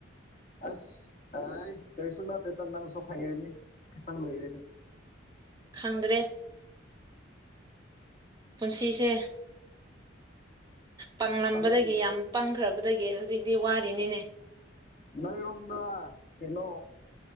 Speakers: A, on the left; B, on the right.
A: ꯑꯁ ꯑꯦ ꯀꯔꯤꯁꯨ ꯅꯠꯇꯦꯗ ꯅꯪꯁꯨ ꯍꯩꯔꯅꯤ ꯈꯤꯇꯪ ꯂꯩꯔꯅꯤ
B: ꯈꯪꯗ꯭ꯔꯦ ꯄꯨꯟꯁꯤꯁꯦ ꯄꯪꯂꯝꯕꯗꯒꯤ
A: ꯇꯃꯦꯡ
B: ꯌꯥꯝ ꯄꯪꯈ꯭ꯔꯕꯗꯒꯤ ꯍꯧꯖꯤꯛꯇꯤ ꯋꯥꯔꯤꯅꯤꯅꯦ
A: ꯅꯣꯏꯔꯣꯝꯗ ꯀꯩꯅꯣ